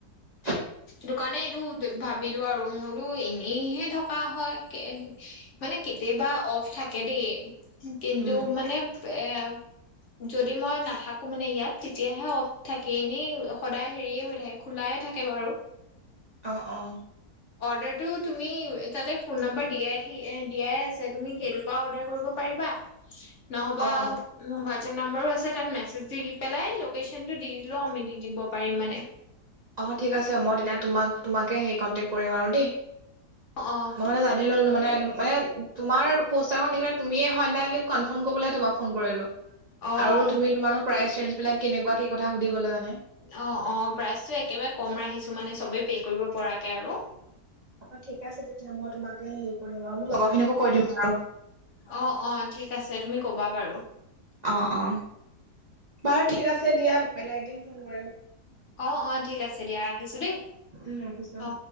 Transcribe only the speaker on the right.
<inaudible>
উম
অ', অ,
<inaudible>
অ
অ', ঠিক আছে। মই তেতিয়া তোমাক তোমাকে কন্টেক কৰিম আৰু দে,
মই মানে ললো মানে মানে তোমাৰ পষ্টাৰ দেখিলে তুমিয়ে হয় নাই কনফাম কৰিবলৈ হে তোমাক ফোন কৰিলো।
আৰু তুমি তোমাৰো প্ৰায়েছেজ বিলাক কেনেকুৱা কি কথা সুধিবলৈ মানে
অ', ঠিক আছে। তেতিয়া মই তোমাকে হেৰি কৰিম আৰু মোৰ লগৰ খিনিকো কৈ দিম আৰু
অ', অ, বাৰু ঠিক আছে দিয়া। বেলেগ এদিন ফোন কৰিম।
উম ৰাখিছো।